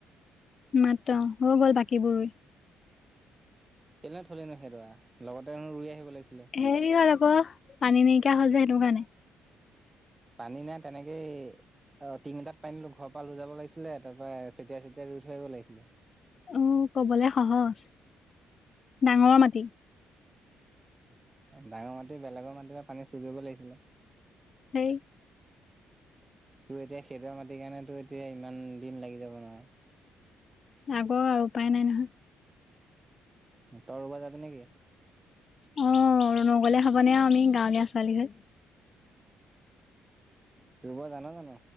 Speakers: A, on the left; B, on the right.
A: মাত্ৰ, হৈ গ'ল বাকীবোৰ ৰুই।
B: কেলে থলি নো সেইদৰা, লগতেনো ৰুই আহিব লাগিছিলে।
A: হেৰি হ'ল আকৌ, পানী নাইকিয়া হ'ল যে সেইটো কাৰণে।
B: পানী নাই, তেনেকেই অ তিঙ এটাত পানী ঘৰ পৰা লৈ যাব লাগিছিলে, তাৰ পৰা চতিয়াই চতিয়াই ৰুই থৈ আহিব লাগিছিলে।
A: অ কবলৈ সহজ। ডাঙৰ মাটি
B: ডাঙৰ মাটি। বেলেগৰ মাটিৰ পৰা পানী চুৰ কৰিব লাগিছিলে।
A: হেই।
B: তোৰ এতিয়া সেইদৰা মাটিৰ কাৰণে তো এতিয়া ইমান দিন লাগি যাব নহ
A: লাগক আৰু উপায় নাই নহয়।
B: তই ৰুব যাবি নেকি?
A: অ নগলে হ'বনে আমি গাঁৱলীয়া ছোৱালী হৈ।
B: ৰুব জান জানো